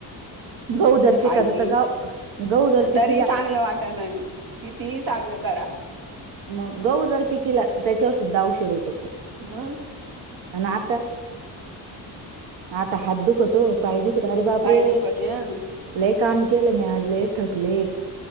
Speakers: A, on the right; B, on the right.
A: गहू जर
B: खायचीच
A: पिकाचा तर गाव गहू जर पिकिला
B: तरी चांगलं वाट आणि किती चांगलं करा.
A: मग गहू जर पिकिला तर त्याच्यावर सुद्धा औषध होतो.
B: मग.
A: आणि आता आता हात दुख होत. तो पाय दुखल अरे बाप
B: पाय
A: रे
B: दुखते हा.
A: लय काम केलं मी आज लै. थकले